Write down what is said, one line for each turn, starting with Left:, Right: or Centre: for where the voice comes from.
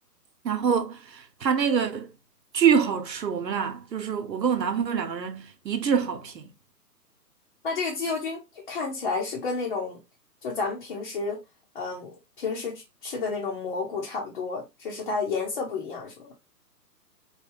Right: 然后它那个巨好吃，我们俩就是我跟我男朋友两个人一致好评。
Left: 那这个鸡油菌看起来是跟那种，就咱们平时，嗯，平时吃吃的那种蘑菇差不多，只是它颜色不一样，是吗？